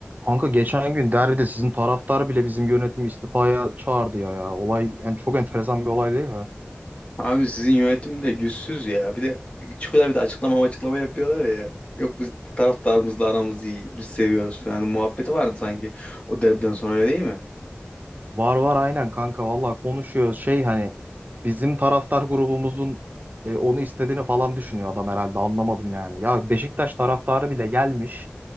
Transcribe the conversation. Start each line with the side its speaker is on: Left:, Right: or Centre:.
Right: Kanka geçen gün derbide sizin taraftar bile bizim yönetimi istifaya çağırdı ya ya. Olay yani çok enteresan bir olay değil mi?
Left: Abi sizin yönetim de yüzsüz ya. Bir de çıkıyorlar bir de açıklama açıklama yapıyorlar ya. Yok biz taraftarımızla aramız iyi. Biz seviyoruz falan. Muhabbeti vardı sanki o derbiden sonra öyle değil mi?
Right: Var var aynen kanka vallahi konuşuyor şey hani bizim taraftar grubumuzun e, onu istediğini falan düşünüyor adam herhalde anlamadım yani. Ya Beşiktaş taraftarı bile gelmiş